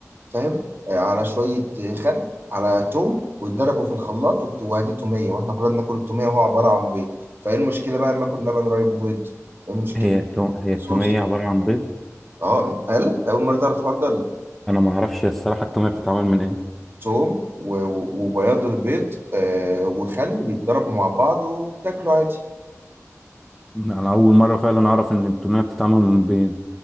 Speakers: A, on the right; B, in the centre.
A: فاهم آه، على شوية آه، خل على توم ويتضربوا في الخلاط وبت- وادي تومية واحنا كلنا بناكل التومية وهو عبارة عن بيض فايه المشكلة بقى لما اكل لبن رايب وبيض إيه المشكلة
B: هي التو... هي التومية
A: صوص
B: عبارة عن بيض
A: اه قال أنت أول مرة تعرف الحوار ده ولا
B: انا ما اعرفش الصراحه التوميه بتتعمل من ايه
A: ثوم و- و- وبياض البيض آه، وخل بيتضربوا مع بعض وبتاكلوا عادي
B: انا اول مره فعلا اعرف ان التوميه بتتعمل من بيض